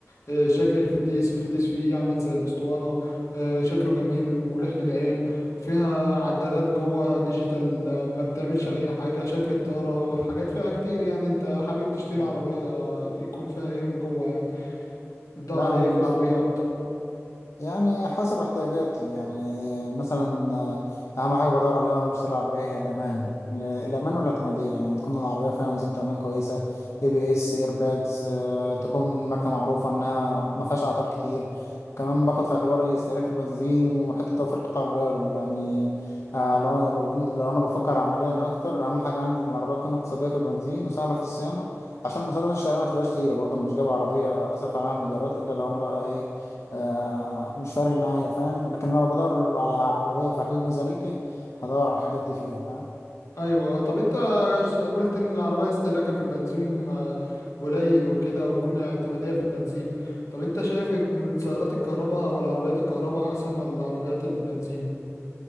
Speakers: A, on the left; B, on the left.
A: آه، شكل الفتيس الفتيس فيه عامل زي الاسطوانة آه، شكله جميل مريح للعين فيها عدادات جوه ديجيتال آه، ما بتعملش
B: مم.
A: اي حاجة شكل الطارة الحاجات فيها كتير يعني انت حابب تشتري
B: آه.
A: عربية يكون فيها ايه من جوه يعني تدور
B: لا
A: على
B: انا
A: ايه
B: بالنسبه
A: في العربيات
B: يعني حسب احتياجاتي يعني مثلا آه، اهم حاجه بدور عليها وانا بشتري العربيه هي الامان ال- الامان والاعتماديه يعني تكون العربيه فيها انظمه امان كويسه اي بي اس اير باجز تكون ماركه معروفه انها ما فيهاش اعطال كتير كمان باخد في اعتباري استهلاك البنزين وحته توفير قطع الغيار دي يعني آه لو لو لو انا بفكر عمليا اكتر اهم حاجه عندي ان العربيه تكون اقتصاديه في البنزين وسهله في الصيانه عشان مصاريف الشارع ما تبقاش تقيله برضه انا مش جايب عربيه اصرف عليها مليارات الا لو انا بقى ايه آه مش فارق معايا فاهم لكن لو بدور على عربية في حدود ميزانيتي هدور على الحاجات دي فيها فاهم
A: ايوه اه طب انت س- قلت ان العربية استهلاكها في البنزين آه، قليل وكده وتكون اعتمادية في البنزين طب انت شايف إن سيارات الكهرباء او العربيات الكهرباء احسن ولا عربيات البنزين